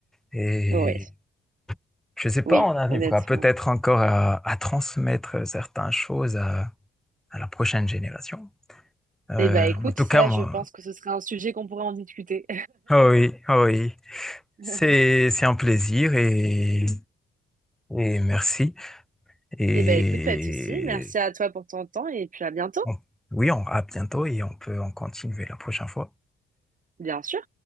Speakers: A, in the centre; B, on the right.
A: Et
B: Oui,
A: je ne sais pas,
B: oui,
A: on arrivera
B: honnêtement.
A: peut-être encore à, à transmettre certaines choses à, à la prochaine génération. Euh,
B: Eh ben, écoute,
A: en tout
B: ça,
A: cas, moi,
B: je pense que ce serait un sujet qu'on pourrait en discuter.
A: oh oui, oh oui,
B: <laughs>
A: c'est, c'est un plaisir et, et merci. Et
B: Eh ben écoute, pas de souci. Merci à toi pour ton temps et puis à bientôt.
A: on- oui, on, à bientôt et on peut en continuer la prochaine fois.
B: Bien sûr.